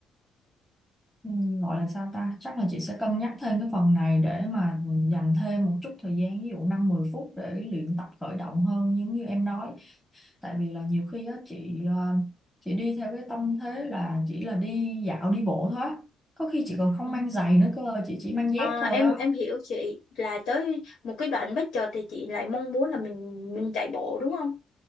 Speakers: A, in the centre; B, on the left.
A: Ừ, gọi là sao ta chắc là chị sẽ cân nhắc thêm cái phần này để mà dành thêm một chút thời gian ví dụ năm mười phút để luyện tập khởi động hơn giống như em nói tại vì là nhiều khi á chị ờ, chị đi theo cái tâm thế là chỉ là đi dạo đi bộ thôi á có khi chị còn không
B: á
A: mang giày nữa cơ chị chỉ mang dép
B: Ờ,
A: thôi
B: em
A: á
B: em hiểu chị là tới một cái đoạn bất chợt thì chị lại mong muốn là mình mình chạy bộ đúng không?